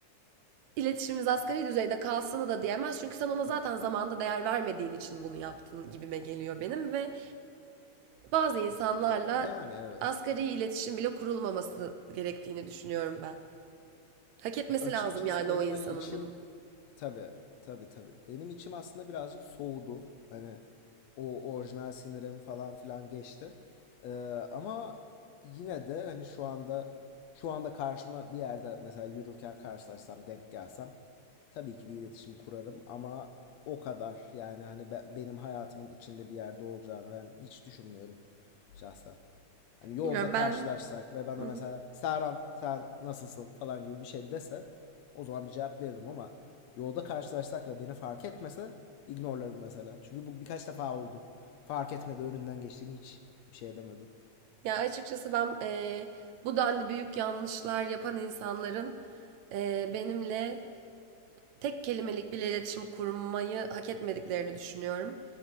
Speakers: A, on the right (about 75°); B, on the left (about 70°).
A: iletişimimiz asgari düzeyde kalsını da diyemez. Çünkü sen ona zaten zamanında değer vermediğin için bunu yaptın gibime geliyor benim ve bazı insanlarla
B: Yani evet.
A: asgari iletişim bile kurulmaması gerektiğini düşünüyorum ben. Hak etmesi
B: açıkçası
A: lazım yani
B: benim
A: o insanın
B: hani içim
A: bunu.
B: tabii tabii tabii. Benim içim aslında birazcık soğudu. Hani o orijinal sinirim falan filan geçti. Ee, ama yine de hani şu anda şu anda karşıma bir yerde mesela yürürken karşılaşsam denk gelsem tabii ki bir iletişim kurarım ama o kadar yani hani be- benim hayatımın içinde bir yerde olacağını ben hiç düşünmüyorum şahsen. Hani yolda
A: Bilmiyorum
B: karşılaşsak
A: ben
B: ve bana
A: Hı hı.
B: mesela Serhan sen nasılsın falan gibi bir şey dese o zaman bir cevap veririm ama yolda karşılaşsak ve beni fark etmese ignorlarım mesela. Çünkü bu birkaç defa oldu. Fark etmedi önünden geçtiğimi hiç bir şey edemedim.
A: ya açıkçası ben e, bu denli büyük yanlışlar yapan insanların e, benimle tek kelimelik bile iletişim kurmayı hak etmediklerini düşünüyorum.